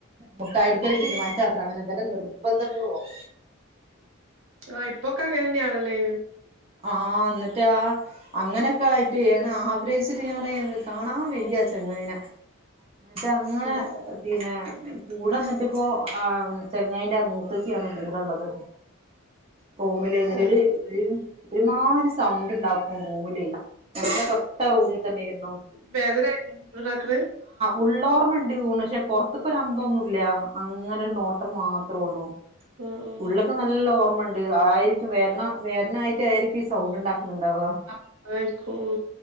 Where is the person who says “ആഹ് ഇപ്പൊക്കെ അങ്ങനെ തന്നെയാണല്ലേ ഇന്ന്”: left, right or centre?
Right